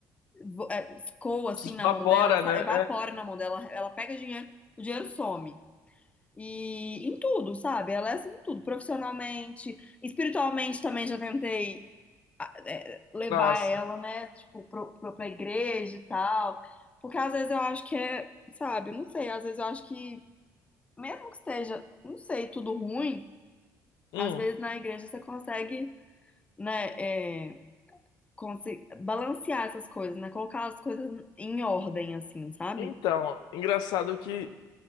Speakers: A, on the left; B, on the left.
A: vo- é, escoa assim na
B: Evapora,
A: mão dela, sa-
B: né?
A: evapora
B: É.
A: na mão dela, ela pega dinheiro, o dinheiro some. E em tudo, sabe? Ela é assim em tudo, profissionalmente, espiritualmente também já tentei é, levar
B: Nossa.
A: ela, né, tipo, pro, pro, pra igreja e tal. Porque às vezes eu acho que é, sabe, não sei, às vezes eu acho que, mesmo que esteja, não sei, tudo ruim,
B: Hum.
A: às vezes na igreja você consegue, né, é, consi- balancear essas coisas, né? Colocar as coisas em ordem, assim, sabe?
B: Então, engraçado que